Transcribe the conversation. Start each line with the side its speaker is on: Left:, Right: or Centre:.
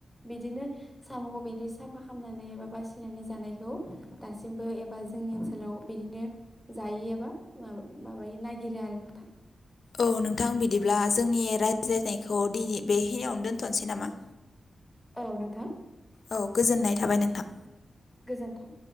Centre: बिदिनो साम'खौ बिदि साफा खालामनानै एबा बासिनानै जानायखौ दासिम एबा जोंनि ओनसोलाव बिदिनो जायो एबा माबायो नागिरो आरो नोंथां।
Left: औ नोंथां बिदिब्ला जोंनि राय्लायनाय खौ दिनै बेहिनियावनो दोन्थ'नोसै नामा।
Centre: औ नोंथां।
Left: औ गोजोननाय थाबाय नोंथां।
Centre: गोजोन्थों